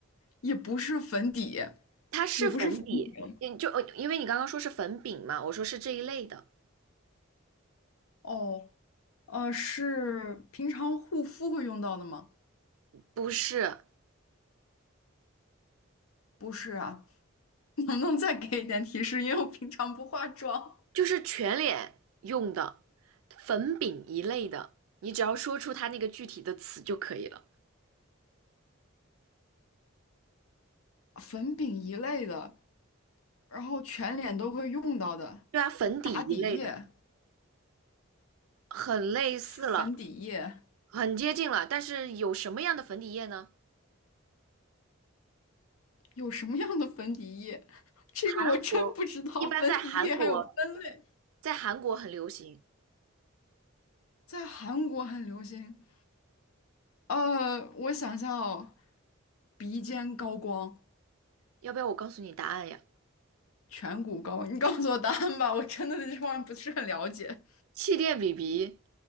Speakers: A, on the left (about 85°); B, on the right (about 85°).
A: 也不是粉底，
B: 它是粉底，
A: 也不是粉饼。
B: 你就呃因为你刚刚说是粉饼嘛，我说是这一类的，
A: 哦，呃，是平常护肤会用到的吗？
B: 不是，
A: 不是啊，<laughs> 能不能再给一点提示？因为我平常不化妆。
B: 就是全脸用的粉饼一类的，你只要说出它那个具体的词就可以了。
A: 粉饼一类的，然后全脸都会用到的，
B: 对啊，粉底一类的，
A: 打底液、
B: 很类似了，
A: 粉底液，
B: 很接近了。但是有什么样的粉底液呢？
A: 有什么样的粉底液？<laughs> 这个我真不知道，
B: 韩国一般在韩国，
A: 粉底液还有分类，
B: 在韩国很流行。
A: 在韩国很流行。呃，我想想哦，鼻尖高光，
B: 要不要我告诉你答案呀？
A: 颧骨高光你告诉我答案吧，我真的对这方面不是很了解。
B: 气垫 BB，